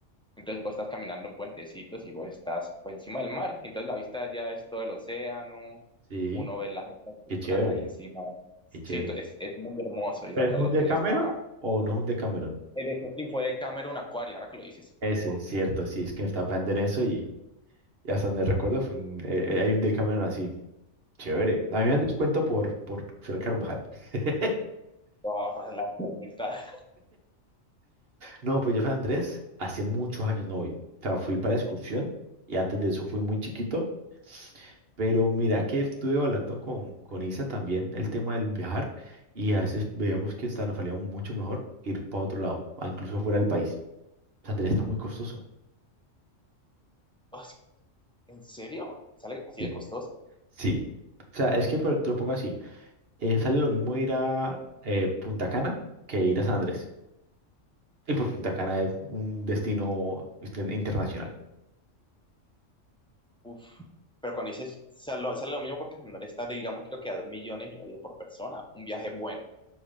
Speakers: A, in the centre; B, on the right.
A: Entonces vos estás caminando en puentecitos y vos estás pues encima del mar. Entonces la vista ya es todo el océano,
B: Sí,
A: uno ve las otras culturas
B: qué chévere,
A: ahí encima. Sí,
B: qué chévere.
A: t- es, es muy hermoso y
B: ¿Pero
A: la verdad
B: es un
A: el hotel
B: Decameron
A: estaba...
B: o no es un Decameron?
A: En eso sí fue de Cameron Aquarium, ahora que lo dices.
B: Ese, cierto, sí, es que estaba pensando en eso y, y hasta donde recuerdo fue un- eh, eh, hay un Decameron así. Chévere. A mí me dan descuento por, por ser Carvajal. <laughs>
A: Oh, la mitad. <laughs>
B: No, pues yo fui a Andrés hace muchos años no voy. O sea, fui para excursión y antes de eso fui muy chiquito Pero mira que estuve hablando con, con Isa también el tema del viajar y a veces veíamos que hasta nos salía aún mucho mejor ir para otro lado, a incluso fuera del país. Andrés, está muy costoso.
A: O sea, ¿en serio? ¿Sale así
B: Sí.
A: de costoso?
B: Sí. O sea, es que pero te lo pongo así. eh, sale lo mismo ir a eh, Punta Cana que ir a San Andrés. Y pues Punta Cana
A: Eh,
B: es un destino inter- internacional.
A: Uf. Pero cuando dices, sale, sale lo mismo porque Santander está, digamos, creo que a dos millones y medio por persona, un viaje bueno.